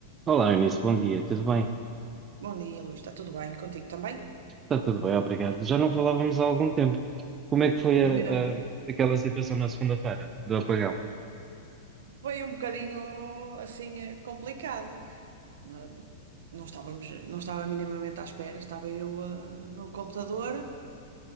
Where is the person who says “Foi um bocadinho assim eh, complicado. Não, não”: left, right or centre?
Right